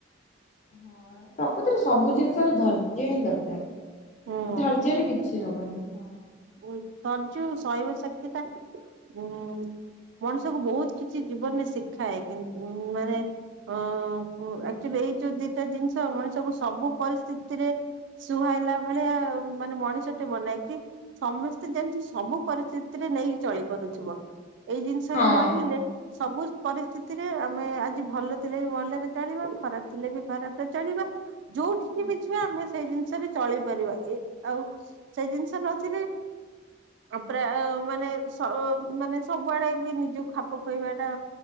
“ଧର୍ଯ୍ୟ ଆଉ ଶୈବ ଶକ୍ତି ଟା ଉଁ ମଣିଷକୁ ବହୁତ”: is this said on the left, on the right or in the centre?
Right